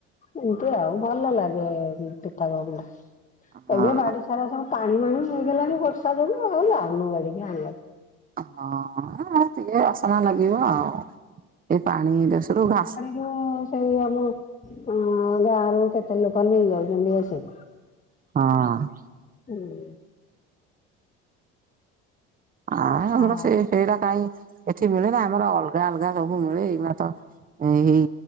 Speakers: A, on the left; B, on the right.
A: ଏମିତି ଆଉ ଭଲ ଲାଗେ ପିଠା ଗୁଡା
B: ହଁ।
A: ଏବେ ବାଡି ସେରା ସବୁ ଟାଣି ମାଣି ହେଇଗଲାଣି ବର୍ଷା ଯୋଗୁଁ ଆଉ ଯାଉନୁ ବାଡ଼ିକି ଆଣିବାକୁ।
B: ହଁ ଟିକେ ଅସନା ଲାଗିବ ଆଉ ଏଇ ପାଣି ଦୋଷ ରୁୁ ଘାସ
A: ମୁଁ ସେଇ ଆମ ହୁଁ ଗାଁ ରୁ କେତେ ଲୋକ ନେଇଯାଉଛନ୍ତି ଆସି
B: ହଁ।
A: ହୁଁ।
B: ଆ ଇ
A: ହଁ
B: ଆମର ସେ ସେଇରା କାହିଁ ଏଠି ମିଳେନା ଆମର ଅଲଗା ଅଲଗା ସବୁ ମିଳେ, ଏଇନା ତ ଏଇ ହେଇ